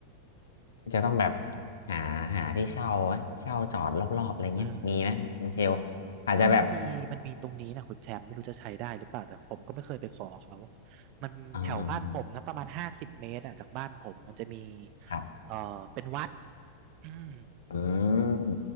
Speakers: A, on the left (about 65°); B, on the right (about 40°).
A: จะต้องแบบหาหาที่เช่าไหมเช่าจอดรอบๆอะไรเงี้ยมีไหมคุณเชล
B: เออ
A: อาจจะแบบ
B: อ๋อมันมีมันมีตรงนี้นะคุณแชมป์ไม่รู้จะใช้ได้หรือเปล่าแต่ผมก็ไม่เคยไปขอเขา มันแถวบ้านผมนะประมาณห้าสิบเมตรอะจากบ้านผมมันจะมี
A: อืมครับ
B: เอ่อเป็นวัดอืม
A: อืม